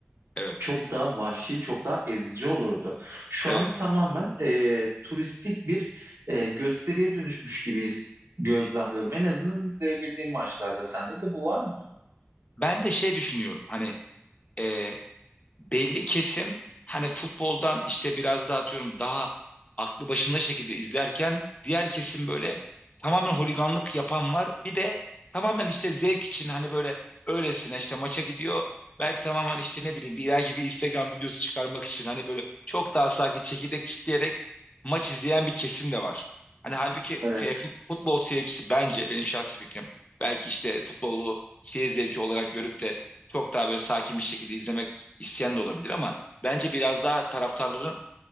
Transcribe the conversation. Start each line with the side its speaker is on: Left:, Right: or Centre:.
Left: Evet.
Right: çok daha vahşi, çok daha ezici olurdu. Şu
Left: Evet.
Right: an tamamen e, turistik bir e, gösteriye dönüşmüş gibiyiz gözlemliyorum. En azından izleyebildiğim maçlarda sende de bu var mı?
Left: Ben de şey düşünüyorum. Hani e, belli kesim hani futboldan işte biraz daha atıyorum daha aklı başında şekilde izlerken diğer kesim böyle tamamen holiganlık yapan var. Bir de tamamen işte zevk için hani böyle öylesine işte maça gidiyor. Belki tamamen işte ne bileyim bir belki bir Instagram videosu çıkarmak için hani böyle çok daha sakin çekirdek çitleyerek maç izleyen bir kesim de var. Hani halbuki
Right: Evet.
Left: f- futbol seyircisi bence benim şahsi fikrim belki işte futbolu seyir zevki olarak görüp de çok daha böyle sakin bir şekilde izlemek isyan da olabilir ama bence biraz daha taraftarların